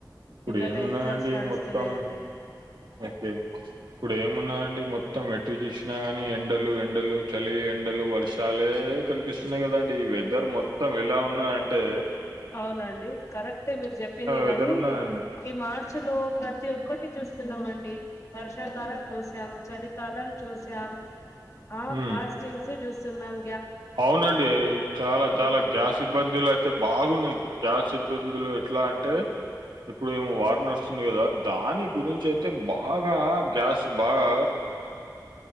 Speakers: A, on the right; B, on the left.
A: ఇప్పుడు
B: పిల్లలు
A: ఏమున్నాయండి
B: ఎగ్జామ్స్ నడుస్తున్నాయండి
A: మొత్తం ఓకే ఇప్పుడు ఏమున్నా అండి మొ త్తం ఎటు చూసినా ని ఎండలు ఎండలు చలి ఎండలు వర్షాలే కనిపిస్తున్నాయి కదండి ఈ వెదర్ మొత్తం ఎలా ఉన్నా అం టె
B: అవునండి కరెక్టే మీరు చెప్పింది.
A: వెదర్
B: గానీ
A: ఉన్నదండి
B: ఈ మార్చి లో ప్రతి ఒక్కటి చూస్తున్నామండి. వర్షాకాలామ్ జూసం చలీ కాలం చూసాం ఆ
A: ఉమ్
B: బ్లాస్టింగ్స్ జూస్ సున్నాం
A: అవునండి చాలా చాలా గ్యాస్ ఇబ్బందుల బాగున్నయి గ్యాస్ ఇబ్బ ఇందులో ఎట్లా అంటే ఇప్పుడు ఏమో వార్ నడుస్తుంది కదా దాని గురించి అయితే బాగా గ్యాస్ బాగా